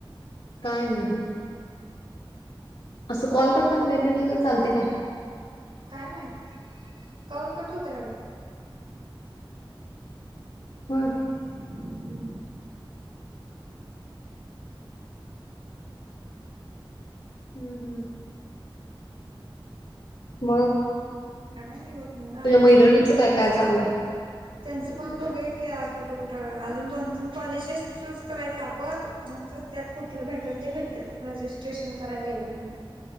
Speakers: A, on the left; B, on the right.
A: काय नाही. असं कॉल करताना बॅग घेतलं तर चालते काय.
B: काय माहित कौल कट होते अडत.
A: हो,
B: हम.
A: हम हम. मग.
B: काही नाही बघ निवांत.
A: तुझ्या मैत्रिणींचं काय काय चालू आहे?
B: त्यांचं पण बघू की कुठं कुठं अजून दोन तीन कॉलेजेस चूज करायच आपण. म त्यात कुठलं भेटल ते भेटेल रजिस्ट्रेशन करायला गेल्यानंतर.